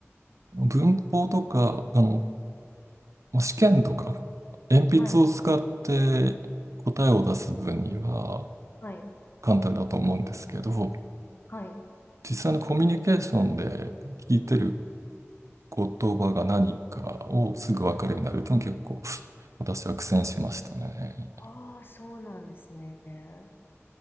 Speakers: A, on the right; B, on the left.
A: 文法とか、あの、まあ試験とか、鉛筆を使って答えを出す分には
B: はい。はい。
A: 簡単だと思うんですけど、
B: はい。
A: 実際のコミュニケーションで聞いてる言葉が何かをすぐ分かるようになるというのは結構
B: はい。
A: 私は苦戦しましたね。
B: ああ、そうなんですね。